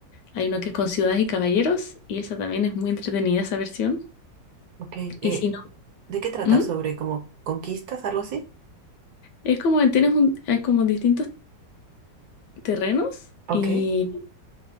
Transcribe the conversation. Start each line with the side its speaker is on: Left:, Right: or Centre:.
Left: hay uno que es con ciudades y caballeros. Y esa también es muy entretenida, esa versión.
Right: Ok,
Left: Y
Right: eh,
Left: si no,
Right: ¿de qué trata?
Left: ¿Mm?
Right: ¿Sobre como conquistas, algo así?
Left: es como que tienes un, hay como distintos terrenos.
Right: Ok.
Left: y